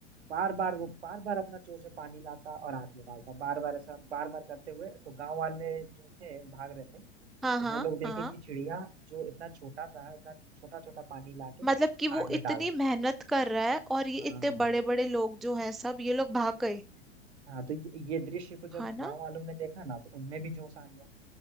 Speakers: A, on the right; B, in the centre.
A: बार बार वो बार बार अपना चोंच में पानी लाता और आग में डालता बार बार ऐसा बार बार करते हुए तो गांव वाले जो थे भाग रहे थे तो
B: हाँ हाँ
A: वो लोग देखे
B: हाँ
A: कि चिड़िया जो इतना छोटा सा है इतना छोटा छोटा पानी लाके
B: मतलब कि वो
A: आग में
B: इतनी
A: डाल रहा
B: मेहनत कर रहा है और ये
A: है।
B: इतने
A: हाँ
B: बड़े बड़े लोग जो हैं सब ये लोग भाग गए
A: हाँ तो ये, ये दृश्य को जब
B: है
A: गांव
B: ना
A: वालों ने देखा ना तो उनमें भी जोश आ गया